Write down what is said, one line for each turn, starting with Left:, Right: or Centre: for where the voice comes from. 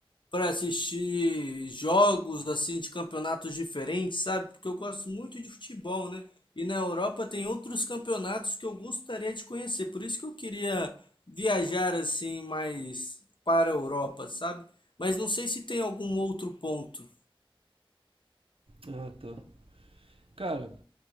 Left: para assistir jogos assim de campeonatos diferentes, sabe? Porque eu gosto muito de futebol, né? E na Europa tem outros campeonatos que eu gostaria de conhecer. Por isso que eu queria viajar assim mais para a Europa, sabe? Mas não sei se tem algum outro ponto.
Right: Ah, tá. Cara,